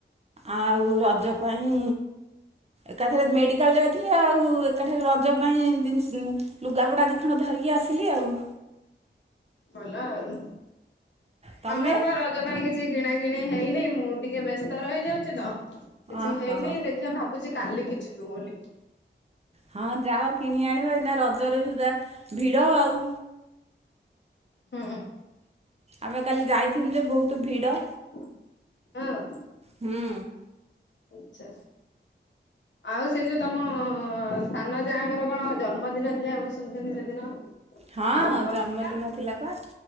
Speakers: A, on the right; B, on the left.
A: ଆଉ ରଜ ପାଇଁ ଏକାଥରେ ମେଡ଼ିକାଲ୍ ଯାଇଥିଲି ଆଉ ଏକାଠି ରଜ ପାଇଁ ଦିନିଷ ଲୁଗାପଟା ଦୀଖଣ୍ଡ ଧରିକି ଆସିଲି ଆଉ।
B: ଭଲ ଆଉ।
A: ତମେ?
B: ଆମର ବା ରଜ ପାଇଁ କିଛି କିଣା କିିଣି ହେଇନି ମୁଁ ଟିକେ ବ୍ୟସ୍ତ ରହିଯାଉଚି ତ। କିଛି
A: ଓହୋ।
B: ହେଇନି ଦେଖିବା ଭାବୁଚି କାଲିକି ଯିବୁ ବୋଲି।
A: ହଁ ଯାଅ କି କିଣି ଆଣିବ ଏଇନା ରଜରେ ସୁଦ୍ଧା ଭିଡ଼ ଆଉ।
B: ହୁଁ।
A: ଆମେ କାଲି ଯାଇଥିଲୁ ଯେ ବହୁତ ଭିଡ।
B: ହୁଁ।
A: ହୁଁ
B: ଆଛା ଆଉ ସେ ଯୋଉ ତମ ସାନ ଯାହାଙ୍କର କଣ ଜନ୍ମଦିନ ଥିଲା ମୁଁ ଶୁଣିଥିନି ସେଦିନ।
A: ହଁ
B: ପାଳନ କରିଥିଲ
A: ଜନ୍ମଦିନ ଥିଲା ପା